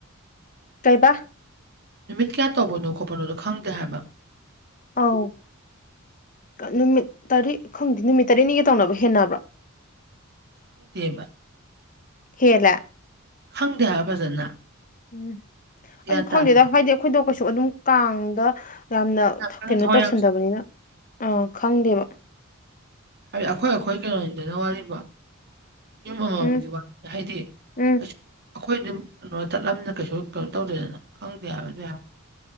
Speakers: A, on the left; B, on the right.
A: ꯀꯩꯕ
B: ꯅꯨꯃꯤꯠ ꯀꯌꯥ ꯇꯧꯕꯅꯣ ꯈꯣꯠꯄꯅꯣꯗꯣ ꯈꯪꯗꯦ ꯍꯥꯏꯕ
A: ꯑꯧ ꯅꯨꯃꯤꯠ ꯇꯔꯦꯠ ꯈꯪꯗꯦ ꯅꯨꯃꯤꯠ ꯇꯔꯦꯠꯅꯤꯒ ꯇꯧꯅꯕ ꯍꯦꯟꯅꯕ꯭ꯔꯥ
B: ꯈꯪꯗꯦꯕ
A: ꯍꯦꯜꯂꯦ
B: ꯈꯪꯗꯦ ꯍꯥꯏꯕꯥ ꯐꯖꯅ
A: ꯎꯝ
B: ꯒ꯭ꯌꯥꯟ
A: ꯑꯩꯁꯨ
B: ꯇꯥꯗꯦ
A: ꯈꯪꯗꯦꯗ ꯍꯥꯏꯗꯤ ꯑꯩꯈꯣꯏꯗꯣ ꯀꯩꯁꯨ ꯑꯗꯨꯝ ꯀꯥꯡꯗ ꯌꯥꯝꯅ
B: ꯌꯥꯝ ꯀꯟꯅ
A: ꯀꯩꯅꯣ
B: ꯊꯋꯥꯏ
A: ꯇꯧꯁꯟꯗꯕꯅꯤꯅ
B: ꯌꯥꯎꯁꯟꯅ
A: ꯑꯥ ꯈꯪꯗꯦꯕ
B: ꯍꯥꯏꯗꯤ ꯑꯩꯈꯣꯏ ꯑꯩꯈꯣꯏ ꯀꯩꯅꯣꯅꯤꯗꯅ ꯋꯥꯔꯤꯕꯣ ꯌꯨꯝ ꯑꯃꯃꯝꯒꯤ
A: ꯎꯝ
B: ꯍꯥꯏꯗꯤ
A: ꯎꯝ
B: ꯀꯩꯁꯨ ꯑꯩꯈꯣꯏ ꯑꯗꯨꯝ ꯀꯩꯅꯣ ꯆꯠꯂꯝꯅꯤꯅ ꯀꯩꯁꯨ ꯀꯩꯅꯣ ꯇꯧꯗꯦꯗꯅ ꯈꯪꯗꯦ ꯍꯥꯏꯕ ꯑꯗꯨꯏ ꯍꯥꯏꯔꯗꯤ